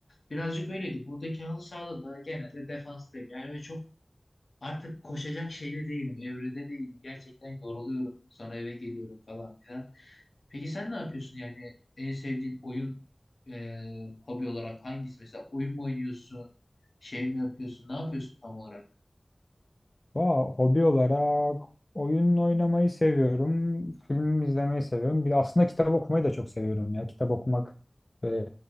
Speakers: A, on the left; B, on the left.
A: Birazcık öyleydi. Buradaki halı sahada da genelde defanstayım. Yani öyle çok Artık koşacak şeyde değilim, evrede değilim. Gerçekten yoruluyorum. Sonra eve geliyorum falan filan. Peki sen ne yapıyorsun yani en sevdiğin oyun e, hobi olarak hangisi? Mesela oyun mu oynuyorsun? Şey mi yapıyorsun? Ne yapıyorsun tam olarak?
B: Vay, hobi olarak oyun oynamayı seviyorum, film izlemeyi seviyorum. Bir de aslında kitap okumayı da çok seviyorum ya. Kitap okumak e,